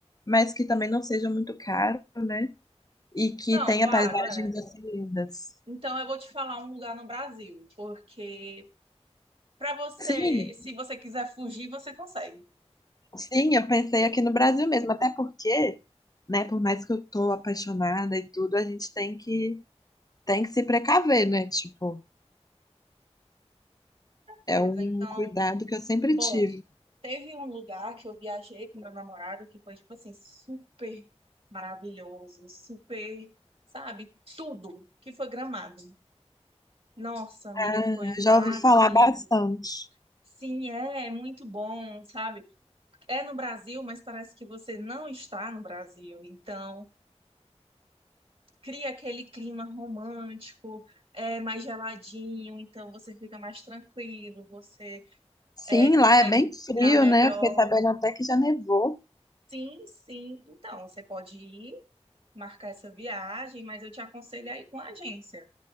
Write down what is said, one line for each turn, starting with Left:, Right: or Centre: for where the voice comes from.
Left: mas que também não seja muito caro, né? E que
Right: Não,
Left: tenha
Right: claro,
Left: paisagens
Right: é.
Left: assim lindas.
Right: Então, eu vou te falar um lugar no Brasil, porque para você,
Left: Sim,
Right: se você quiser fugir, você consegue.
Left: sim, eu pensei aqui no Brasil mesmo, até porque, né, por mais que eu tô apaixonada e tudo, a gente tem que tem que se precaver, né? Tipo, é
Right: Beleza,
Left: um
Right: então,
Left: cuidado que eu sempre
Right: bom,
Left: tive.
Right: teve um lugar que eu viajei com meu namorado que foi, tipo assim, super maravilhoso, super, sabe, tudo, que foi Gramado. Nossa, amiga,
Left: Ah,
Right: foi maravilhoso.
Left: já ouvi falar bastante.
Right: Sim, é, é muito bom, sabe? É no Brasil, mas parece que você não está no Brasil. Então, cria aquele clima romântico, é mais geladinho, então você fica mais tranquilo, você é,
Left: Sim,
Right: consegue
Left: lá é bem frio,
Right: respirar melhor.
Left: né? Eu fiquei sabendo até que já nevou
Right: Sim, sim. Então, você pode ir marcar essa viagem, mas eu te aconselho aí com a agência,